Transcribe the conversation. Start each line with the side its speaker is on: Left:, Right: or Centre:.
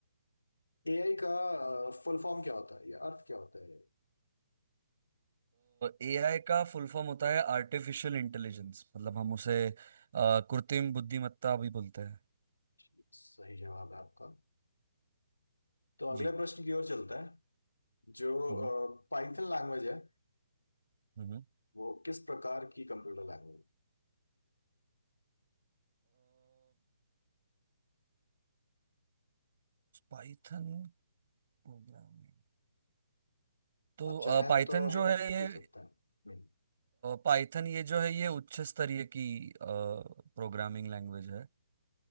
Left: एआई का फुल फॉर्म क्या होता है या अर्थ क्या होता है
Right: एआई का फुल फॉर्म होता है आर्टिफिशियल इंटेलिजेंस मतलब हम उसे अ, कृत्रिम बुद्धिमत्ता भी बोलते हैं
Left: जी, सही जवाब है आपका तो अगले
Right: जी
Left: प्रश्न की ओर चलता है जो
Right: हम्म
Left: पाइथन लैंग्वेज है
Right: हम्म
Left: वो किस प्रकार की कंप्यूटर लैंग्वेज
Right: पाइथन प्रोग्रामिंग तो
Left: आप चाहें
Right: पाइथन
Left: तो
Right: जो
Left: हिंट
Right: है ये
Left: दे सकते हैं हम्म,
Right: पाइथन ये जो है ये उच्च स्तरीय की प्रोग्रामिंग लैंग्वेज है